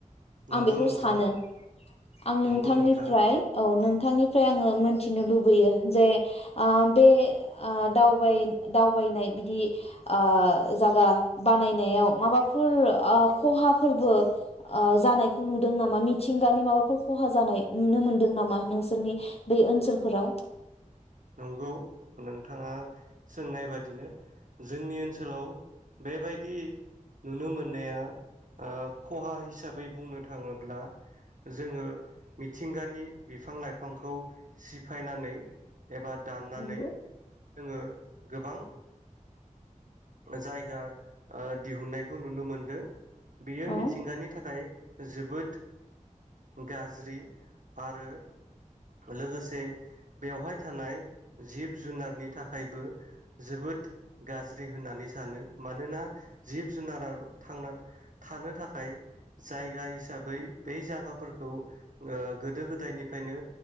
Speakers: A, on the right; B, on the left.
A: नंगौ
B: आं बेखौ
A: नोंथां
B: सानो आं नोंथांनिफ्राय
A: नंगौ नोंथां
B: औ नों बिथांनिफ्राय आङो मोनथिनो लुबैयो जे ओ बे ओ दावबाय दावबायनाय बिदि ओ जागा बानायनायाव माबाफोर ओ खहाफोरबो ओ जानायखौ नुदों नामा मिथिंगानि माबाफोर खहा जानाय नुनो मोनदों नामा नोंसोरनि बै ओनसोलफोराव
A: नंगौ नोंथाङा सोंनाय बादिनो जोंनि ओनसोलाव बेबायदि नुनो मोननाया ओ खहा हिसाबै बुंनो थाङोब्ला जोङो मिथिंगानि बिफां लाइफांखौ सिफायनानै एबा दाननानै
B: नंगौ
A: जोङो गोबां जायगा ओ दिहुनन्नायखौ नुनो मोनदों। बियो
B: औ
A: मिथिंगानि थाखाय जोबोद गाज्रि आरो लोगोसे बेवहाय थानाय जिब जुनारनि थाखायबो जोबोद गाज्रि ज्रि होननानै सानो मानोना जिब जुनारा थांना थानो थाखाय जायगा हिसाबै बे जागाफोरखौ गोदो गोदायनिफ्रायनो